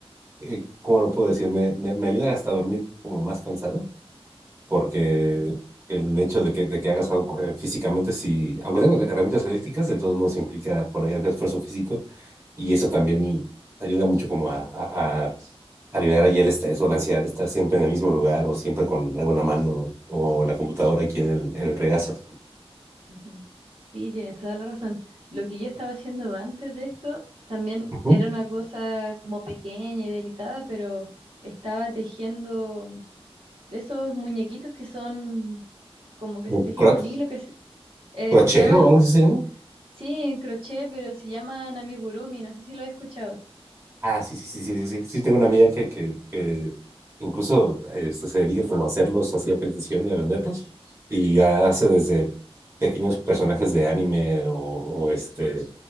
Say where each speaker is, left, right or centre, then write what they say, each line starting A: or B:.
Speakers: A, on the right (about 25°); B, on the right (about 60°).
A: eh, ¿cómo lo puedo decir? Me, me, me ayuda hasta a dormir como más cansado, porque el hecho de que, de que hagas algo eh, físicamente, si, aunque tengas herramientas eléctricas, de todos modos implica por ahí hacer esfuerzo físico y eso también ayuda mucho como a, a, a- a liberar ahí el estrés o la ansiedad de estar siempre en el mismo lugar o siempre con alguna mano o la computadora aquí en el, en el regazo.
B: Ujú. Sí, tienes toda la razón. Lo que yo estaba haciendo antes de esto también
A: Ujú.
B: era una cosa como pequeña y delicada, pero estaba tejiendo de esos muñequitos que son como que
A: O
B: se tejen
A: cro-
B: con hilo, que se, eh,
A: crochet
B: que se llaman,
A: o algo así se llama.
B: sí, en crochet, pero se llaman amigurumi, no sé si lo he escuchado.
A: Ah, sí, sí, sí, sí, sí, sí, tengo una amiga que, que, que incluso este, se dedica como a hacerlos así a petición y a venderlos y hace desde pequeños personajes de anime o, o este,